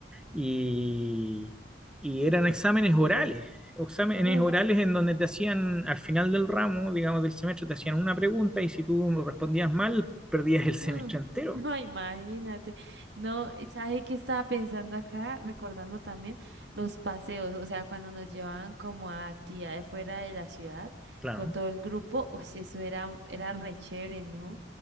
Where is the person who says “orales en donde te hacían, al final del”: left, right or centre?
Centre